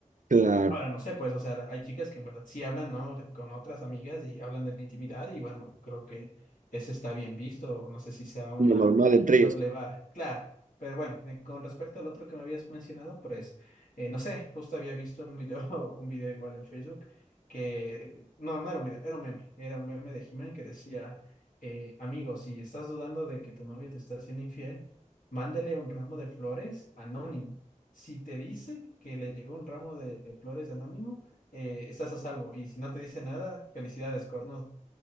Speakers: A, on the right; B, on the left.
A: la,
B: Ahora no sé, pues, o sea, hay chicas que en verdad sí hablan, ¿no? de- Con otras amigas y hablan de la intimidad y bueno, creo que eso está bien visto, no sé si sea una
A: la normal entre
B: doble
A: ellos.
B: vara, claro, pero bueno, eh, con respecto al otro que me habías mencionado, pues, eh, no sé, justo había visto un video, <laughs> un video igual en Facebook que, no, no era un video, era un meme, era un meme de He-Man que decía, eh, amigo, si estás dudando de que tu novio te está haciendo infiel, mándale un ramo de flores anónimo. Si te dice que le llegó un ramo de flores anónimo, eh, estás a salvo. Y si no te dice nada, felicidades, corno.